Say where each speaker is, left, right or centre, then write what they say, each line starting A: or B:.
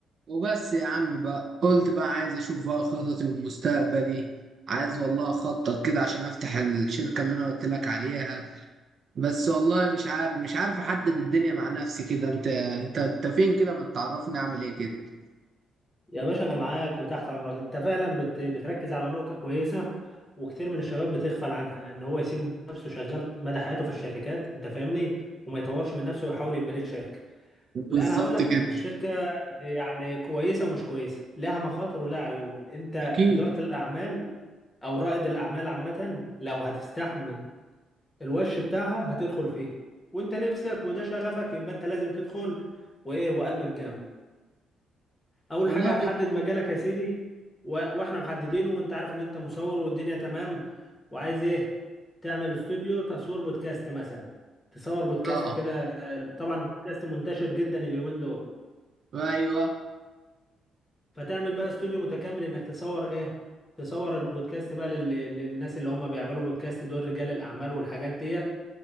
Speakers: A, on the right; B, on the left.
A: وبس يا عم بقى قلت بقى عايز اشوف بقى خططي ومستقبلي عايز والله اخطط كده عشان افتح الشركة اللي انا قلت لك عليها بس والله مش عارف مش عارف احدد الدنيا مع نفسي كده انت انت انت فين كده ما تعرفني اعمل ايه كده
B: يا باشا انا معاك وتحت امرك انت فعلا بت... بتركز على نقطة كويسة وكتير من الشباب بتغفل عنها ان هو يسيب نفسه شغال مدى حياته في الشركات انت فاهمني وما يطورش من نفسه ويحاول يبقى ليه شركة
A: بالظبط
B: لا انا هقول لك
A: كده
B: ان الشركة يعني كويسة ومش كويسة لها مخاطر ولها عيوب انت
A: اكيد
B: إدارة الاعمال او رائد الاعمال عامة لو هتستحمل الوش بتاعها هتدخل فيها وانت نفسك وده شغفك يبقى انت لازم تدخل وايه وقلبك جامد اول
A: والله
B: حاجه هتحدد
A: بص
B: مجالك يا سيدي و... واحنا محددينه وانت عارف ان انت مصور والدنيا تمام وعايز ايه تعمل استوديو تصوير بودكاست مثلا تصور بودكاست
A: اه
B: كده طبعا البودكاست منتشر جدا اليومين دول
A: ايوه
B: فتعمل بقى استوديو متكامل انك تصور ايه تصور البودكاست بقى لل... للناس اللي هم بيعملوا بودكاست دول رجال الاعمال والحاجات ديت